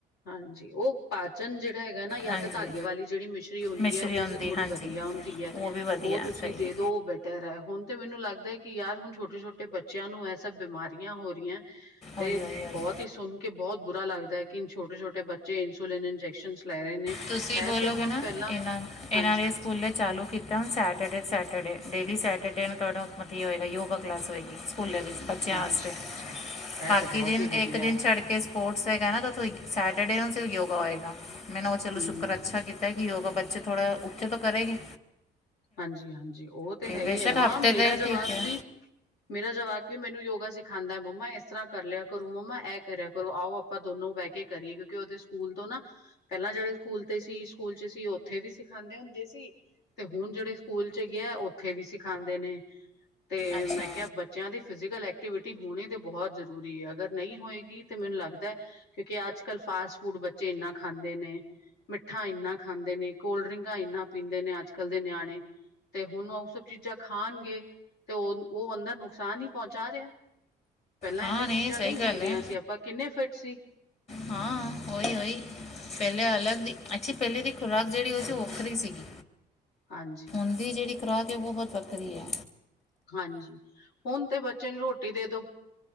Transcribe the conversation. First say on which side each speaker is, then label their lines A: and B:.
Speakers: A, on the left (about 75°); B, on the left (about 40°).
A: ਹਾਂਜੀ, ਓਹ ਪਾਚਨ ਜੇੜਾ ਹੈਗਾ ਨਾ, ਯਾ
B: ਹਾਂਜੀ
A: ਤੇ ਧਾਗੇ ਵਾਲੀ ਜੇੜੀ ਮਿਸ਼ਰੀ ਹੁੰਦੀ
B: ਮਿਸ਼ਰੀ
A: ਐ, ਉਹ
B: ਹੁੰਦੀ
A: ਵੀ ਥੋੜ੍ਹੀ
B: ਹਾਂਜੀ
A: ਵਦੀਆ ਹੁੰਦੀ ਐ।
B: ਉਹ ਵੀ ਵਧੀਆ
A: ਉਹ ਤੁਸੀਂ
B: ਹੈ, ਸਹੀ
A: ਦੇ
B: ਹੈ
A: ਦੋ ਬੈਠ ਪਿੱਤਰ ਹੈ, ਹੁਨ ਤੇ ਮੈਨੂੰ ਲੱਗਦਾ ਕਿ ਯਾਰ, ਹੁਨ ਛੋਟੇ- ਛੋਟੇ ਬੱਚਿਆਂ ਨੂੰ ਐਹ ਸਭ ਬਿਮਾਰੀਆਂ ਹੋ ਰੀਐ। 'ਤੇ
B: ਉਹੀ ਉਹੀ ਉਹੀ
A: ਬੋਹਤ ਈ ਸੁਨ ਕੇ ਬੋਹਤ ਬੁਰਾ ਲੱਗਦੈ ਕਿ ਇੰਨ ਛੋਟੇ-ਛੋਟੇ ਬੱਚੇ ਇੰਸੁਲਨ ਦੇ ਇੰਜੈਕਸ਼ਨਸ ਲੈ ਰਏ ਨੇ।
B: ਤੁਸੀਂ
A: ਇਹ
B: ਬੋਲੋਗੇ
A: ਤੇ ਹੁਣ
B: ਨਾ,
A: ਪਹਿਲਾਂ
B: ਏਨਾਂ ਨ,
A: ਹਾਂਜੀ,
B: ਏਨਾਂ ਨੇ ਸਕੂਲੇ ਚਾਲੂ ਕੀਤਾ ਸੈਚਟਰਡੇ-ਸੈਚਟਰਡੇ, ਡੇਲੀ ਸੈਚਟਰਡੇ ਨੂੰ ਤੁਹਨੂੰ ਵਦੀਆ ਹੋਏਗਾ ਯੋਗਾ। ਕਲਾਸ ਹੋਏਗੀ ਸਕੂਲਾਂ ਵਿੱਚ ਬੱਚਿਆਂ
A: ਅੱਛਾ-ਅੱਛਾ।
B: ਵਾਸਤੇ,
A: ਇਹ
B: ਬਾਕੀ
A: ਤੇ ਬਹੁਤ
B: ਦਿਨ
A: ਹੀ ਵਧੀਆ
B: ਇੱਕ ਦਿਨ
A: ਐ,
B: ਛੱਡ ਕੇ ਕਿ ਸਪੋਰਟਸ ਹੈਗਾ ਨਾ ਤਾਂ ਸੈਟਰਡੇ ਨੂੰ ਸਿਰਫ ਯੋਗਾ ਹੋਏਗਾ, ਮੈਨੂੰ ਓ ਚਲੋ
A: ਹੂੰ,
B: ਸ਼ੁਕਰ ਅੱਛਾ ਕੀਤਾ। ਪਤਾ ਕੀ ਯੋਗਾ ਬੱਚੇ ਥੋੜ੍ਹਾ ਉੱਥੇ ਤੋ ਕਰੇਂਗੇ।
A: ਹਾਂਜੀ, ਹਾਂਜੀ ਓ ਤੇ ਹੈ
B: ਬੇਸ਼ੱਕ
A: ਈ ਐ, ਹਾਂ
B: ਹਫਤੇ
A: ਮੇਰਾ
B: ਦੇ
A: ਜਵਾਕ
B: ਠੀਕ ਹੈ
A: ਵੀ ਮੇਰਾ ਜਵਾਕ ਵੀ ਮੈਨੂੰ ਯੋਗਾ ਸਿਖਾਂਦਾ ਮੰਮਾ ਏਸ ਤਰ੍ਹਾਂ ਕਰ ਲਿਆ ਕਰੋ। ਮੰਮਾ ਐ ਕਰਿਆ ਕਰੋ ਆਓ ਆਪਾਂ ਦੋਨੋ ਬੈ ਕੇ ਕਰੀਏ, ਕਿਉਂਕਿ ਓਦੇ ਸਕੂਲ ਤੋਂ ਨਾ ਪੈਲਾਂ ਜੇੜੇ ਸਕੂਲ ਤੇ ਸੀ, ਸਕੂਲ 'ਚ ਸੀ ਓਥੇ ਵੀ ਸਿਖਾਂਦੇ ਹੁੰਦੇ ਸੀ। ਤੇ ਹੁਣ ਜੇੜੇ ਸਕੂਲ 'ਚ ਹੈਗੇ ਆ, ਓਥੇ ਵੀ ਸਿਖਾਂਦੇ ਨੇ। ਤੇ
B: ਅੱਛਾ
A: ਮੈਂ ਕਿਆ ਬ ਬੱਚਿਆਂ ਦੀ ਫਿਜ਼ਕਲ ਐਕਟੀਵਿਟੀ ਹੋਣੀ ਤਾਂ ਬੋਹਤ ਜ਼ਰੂਰੀ ਆ। ਅਗਰ ਨਈ ਹੋਏਗੀ ਤੇ ਮੈਨੂੰ ਲੱਗਦਾ ਕਿਉਂਕਿ ਅੱਜ ਕੱਲ੍ਹ ਫਾਸਟ ਫੂਡ ਬੱਚੇ ਏਨਾ ਖਾਂਦੇ ਨੇ। ਮਿੱਠਾ ਏਨਾ ਖਾਂਦੇ ਨੇ, ਕੋਲਡ ਡਰਿੰਕਾਂ ਏਨਾ ਪੀਂਦੇ ਨੇ ਅੱਜ ਕੱਲ੍ਹ ਦੇ ਨਿਆਣੇ। ਤੇ ਹੁਣ ਓ ਸਭ ਚੀਜ਼ਾਂ ਖਾਣਗੇ। ਤੇ ਓ ਓ ਅੰਦਰ ਨੁਕਸਾਨ ਈ ਪੋਂਚਾ ਰਿਆ। ਪੈਲਾਂ
B: ਹਾਂ
A: ਏ ਸਭ
B: ਨਹੀਂ
A: ਚੀਜ਼ਾਂ
B: ਸਹੀ
A: ਨਈ
B: ਗੱਲ
A: ਹੁੰਦੀਆਂ
B: ਹੈ
A: ਸੀ। ਆਪਾਂ ਕਿੰਨੇ ਫਿੱਟ ਸੀ।
B: ਹਾਂ ਓਈ-ਓਈ। ਪੈਲੇ ਅਲੱਗ ਦੀ ਅੱਛੀ ਪੈਲੇ ਦੀ ਖੁਰਾਕ ਜੇੜੀ ਓ ਸੀ ਓ ਵੱਖਰੀ ਸੀਗੀ।
A: ਹਾਂਜੀ
B: ਹੁਣ ਦੀ ਜੇੜੀ ਖੁਰਾਕ ਏ, ਓ ਬੋਤ ਵੱਖਰੀ ਐ।
A: ਹਾਂਜੀ, ਹੁਣ ਤੇ ਬੱਚੇ ਨੂੰ ਰੋਟੀ ਦੇ ਦੋ।